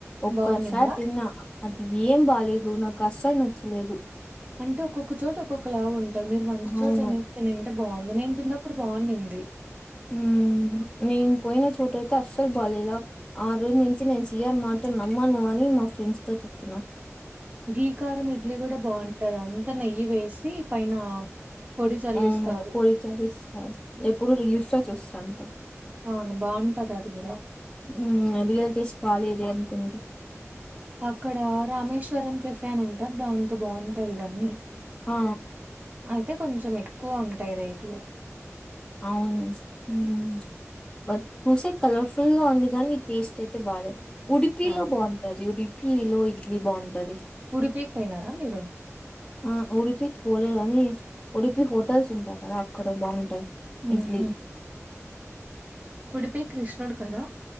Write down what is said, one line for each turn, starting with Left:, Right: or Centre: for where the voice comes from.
Left: ఒక్కసారి
Right: బాగుండిందా?
Left: తిన్నా అది ఏం బాలేదు నాకు అస్సలు నచ్చలేదు
Right: అంటే ఒక్కొక్క చోట ఒక్కొక్క లాగా ఉంటంది త మీరు మంచి
Left: అవును
Right: చోట తినినుంటే బాగుండుంది నేను తిన్నప్పుడు బాగుండింది.
Left: మ్ నేను పోయిన చోట అయితే అస్సలు బాలేదా ఆ రోజు నుంచి నేను చియర్ మాటాలు నమ్మను. అని మా ఫ్రెండ్స్ తో చెపిన
Right: గీకారం ఇడ్లీ కూడా బాగుంటది అంతా నెయ్యి వేసి పైన పొడి చల్లిస్తారు
Left: అవును పొడి చలిస్తారు. ఎప్పుడు రీల్స్ లో చూస్తాంట
Right: అవును బాగుంటది అది కూడా
Left: ఉ అదిగలే టెస్ట్ బాలేదే అనుకుంది
Right: అక్కడ రామేశ్వరం కెఫెన్ అని ఉంటాది దాంతో బాగుంటది ఇవన్నీ
Left: ఆ
Right: అయితే కొంచెం ఎక్కువ ఉంటాయి రేట్లు
Left: అవును మ్ బట్ చూస్తే కలర్ఫుల్ గా ఉంది కానీ టేస్ట్ అయితే బలే ఉడిపిలో
Right: ఆహా!
Left: బాగుంటది ఉడిపి లో ఇడ్లీ బాగుంటది
Right: ఉడిపికి పోయినారా మీరు?
Left: ఆ ఉడిపికి పోలేదని ఉడిపి హోటల్స్ ఉంటాయి కదా అక్కడ బాగుంటాయి
Right: ఉహు
Left: ఇడ్లీ
Right: ఉడిపి కృష్ణుడు కదా